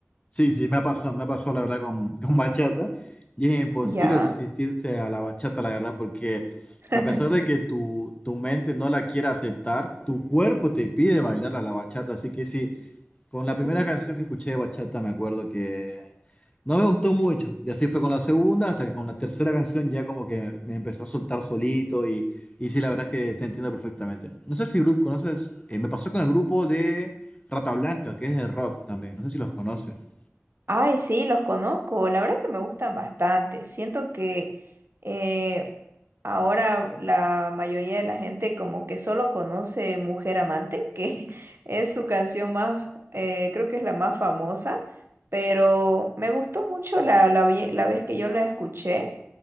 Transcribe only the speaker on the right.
Ya.
<laughs>
Ay, sí, los conozco. La verdad que me gustan bastante. Siento que eh, ahora la mayoría de la gente como que solo conoce Mujer Amante, que <laughs> es su canción más, eh, creo que es la más famosa, pero me gustó mucho la, la, vi- la vez que yo la escuché.